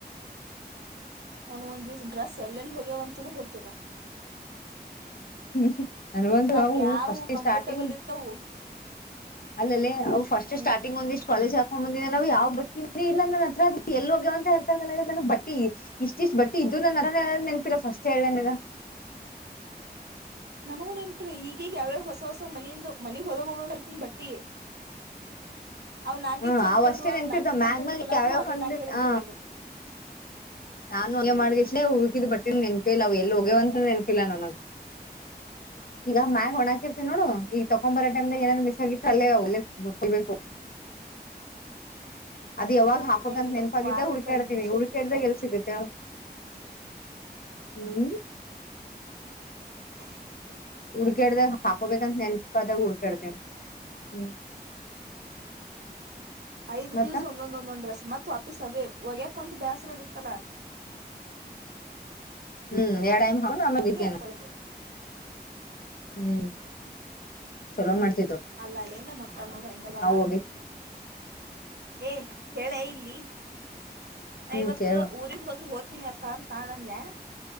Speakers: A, on the right (about 75°); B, on the left (about 60°).
A: ನಾನು ಒಂದಿವ್ ಡ್ರೆಸ್ ಎಲ್ಲೆಲ್ಲಿ ಹೋಗ್ಯವಂತೂನೂ ಗೊತ್ತಿಲ್ಲ
B: ಹ್ಮ್ ನನ್ ಬಂದು
A: ಒಂದ್ ನಾಕ್
B: ಅವು
A: ಯಾವು
B: ಫಸ್ಟ್
A: ಕಂಫರ್ಟಬಲ್
B: ಸ್ಟಾರ್ಟಿಂಗ್
A: ಇರ್ತಾವು
B: ಅಲ್ಲಲ್ಲಿ ಅವು ಫಸ್ಟ್
A: ಹ್ಮ್
B: ಸ್ಟಾರ್ಟಿಂಗ್ ಒಂದಿಷ್ಟ್ ಕಾಲೇಜ್ ಆಗ್ ಹ್ಂದಿನ ನವು ಯಾವ್ ಬಟ್ಟಿ ಇಲ್ಲ ನನ್ನ ಹತ್ರದ ಎಲ್ಲಿ ಹೋಗ್ಯವ ಅಂತ ಹೇಳ್ತಾಗ ನನ್ ಬಟ್ಟಿ ಇಷ್ಟ ಇಷ್ಟ್ ಬಟ್ಟಿ ಇದ್ದ್ ನನ್ತನೆನಪಿಲ್ಲ ಫಸ್ಟ್ ಹೇಳೇನದ
A: ನನ್ಗೂನ್ ನ್ಪ್ರ ಈಗೀಗ್ ಯಾವ್ಯಾವ ಹೊಸ ಹೊಸ ಮನಿಂದ ಮನಗ್ ಹೊದ ಬರ್ತನ್ ಬಟ್ಟಿ ಅವ್ ನಾಕೆ
B: ಹ್ಮ್
A: ಚಂದ್ಕೊಂಡು
B: ಅಷ್ಟೇ
A: ಅವ್
B: ನೆನ್ಪಿರ್ತಾವ
A: ನಾಕೆ ಕಂಫರ್ಟಬಲ್
B: ಮ್ಯಾಗ್ ಮ್ಯಾಗ
A: ಅದು
B: ಯಾವ್ಯಾವ
A: ಅವೇ
B: ಕಂಡ
A: ನಾಕೆ ರುಬ್ಬಡ್ಯದು
B: ಹ ನಾನು ಒ ಮಾಡ್ಲೇ ಉುಡುಕಿದ್ ಬಟ್ಟಿನ ನೆನ್ಪು ಇಲ್ಲವು ಎಲ್ಲಿ ಹಗೆಯವಂತ ನೆನ್ಪಿಲ್ಲ ನನಗ್ ಈಗ ಮ್ಯಾಗ ಒಣಾಕಿರ್ತಿ ನೋಡು ಈಗ ತಕೊ ಬರೋಟೈಮ್ಗ ಏನ ಗ ತಲ್ಲೆಲ್ಲಬೇಕ
A: ಹ್ಮ್
B: ಹ ಅದ ಯಾವಾಗ ಹಾಪಕ್ಂತೆಪಾಗಿದ್ದ
A: ನಾ ಏನಿಲ್ಲ ವಾರಕ್
B: ಹುಕಾಡ್ತಿನಿ
A: ಐದ್ ದಿವ್ಸ
B: ಹುಡುಕಾಡಾಗ
A: ಹೋಗ್ತೀವಿ ಕಾಲೇಜಿಗೆ
B: ಎಲ್ ರ ಹ್ಮ್
A: ರ
B: ಹುಡ್ಕಾಡ್ದಾಗ ಹಾಕೋಬೇಕಂತ ನೆನ್ಪದಾಗ ಹುಡ್ಕಾಡ್ತೇನಿ ಹ್ಮ್
A: ಐದ
B: ಮತ್ತ
A: ದಿವಸ ಒಂದೊಂದೊಂದೊಂದ್ ರೆಸ್ ಮತ್ತೆ ಮ ವಾಪೀಸ್ ಅವೇ ಹೊಗೆಯಕ ಒಂದು ಬೇಸರ ಇರ್ತ್ತಲ
B: ಹ್ಮ್ ಎಟೈಮ್ ಹೌ ಆಕ್ಕೆನು
A: ಹಾಕೊಳ್ಳೋದು
B: ಹ್ಮ್ ಚಲೋ ಮಾಡ್ತ
A: ಅಲ್ಲ ಅಲ್ಲ ನ ಮಕ್ಕಳ ನೋಡ್ರಿ ಹೆಂಗದಾಳ
B: ಒಗಿತೀನಿ
A: ಏ ಕ್ಯ ಇಲ್ಲಿ ನಾ
B: ಹ್ಮ್
A: ಇವತ್ತು
B: ಕೇಳು
A: ಊರಿಗೆಗ್ ಹೋದ್ರರು ಹೋತೀನಿ ಆ ಕಣ ಕ ದ